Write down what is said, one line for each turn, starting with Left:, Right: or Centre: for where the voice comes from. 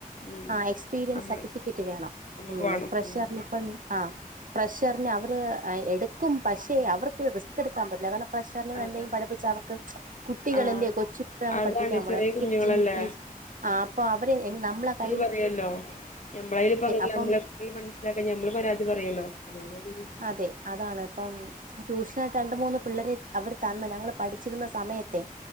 Left: ഉം
Right: ആഹ് എക്സ്പീരിയൻസ്
Left: നമ്മള്
Right: സർട്ടിഫിക്കറ്റ് വേണം
Left: നമ്മുക്ക്
Right: ഉം
Left: വേണം
Right: ഫ്രഷറിനിപ്പം
Left: ഉം
Right: ആഹ് ഫ്രഷർനെ അവര് എഹ് എട്ക്കും പക്ഷേ അവർക്ക് റിസ്ക്കെട്ക്കാൻ പറ്റില്ല കാരണം ഫ്രഷറിന്
Left: അതെ
Right: എന്തെങ്കി പഠിപ്പിച്ച അവർക്ക് കുട്ടികളല്ലേ
Left: ആഹ്
Right: കൊച്ചു കുട്ടികളല്ലേ അമ്മള്
Left: അതാണ്
Right: പഠിപ്പിക്കാൻ പോണേ
Left: ചെറിയ
Right: എൽ
Left: കുഞ്ഞുങ്ങളല്ലേ
Right: കെ ജി, യു കെ ജി ആഹ് അപ്പൊ അവര് എൻ നമ്മളെ കാ
Left: പറയുവല്ലോ ഞമ്മളയാലും ഇപ്പം <unintelligible>
Right: അപ്പം
Left: ഞമ്മള് ട്ടികൾ മനസ്സിലാക്കാ ഞമ്മള് പരാതി പറയല്ലോ, അതേമാതിരി
Right: അതെ അതാണ് അപ്പം ട്യൂഷനായിട്ട് രണ്ടു മൂന്ന് പിള്ളേരെ അവര് തന്ന് ഞങ്ങള് പഠിച്ചിരുന്ന സമയത്തെ